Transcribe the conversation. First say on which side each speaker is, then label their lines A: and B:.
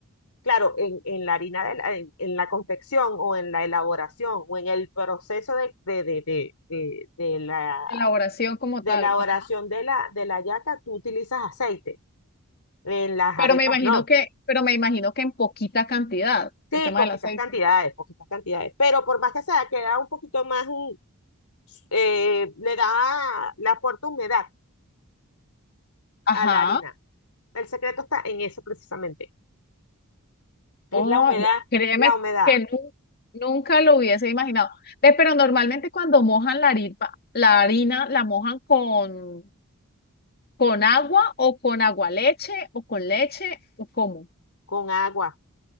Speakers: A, on the left; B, on the left.
A: Claro, en, en la harina, de la- en, en la confección o en la elaboración o en el proceso de, de, de, de, de, de la,
B: elaboración como
A: de
B: tal,
A: elaboración
B: ajá.
A: de la, de la yaca, tú utilizas aceite. En las
B: Pero
A: arepas
B: me imagino
A: no.
B: que, pero me imagino que en poquita cantidad,
A: Sí,
B: el tema
A: poquitas
B: del aceite.
A: cantidades, poquitas cantidades. Pero por más que sea, queda un poquito más, mm, eh, le da, le aporta humedad a
B: Ajá.
A: la harina. El secreto está en eso precisamente. Es
B: Oh,
A: la humedad,
B: créeme
A: la humedad
B: que nu- nunca lo hubiese imaginado. Ve, pero normalmente cuando mojan la harina, la harina la mojan con, con agua o con agua leche o con leche o cómo,
A: con agua,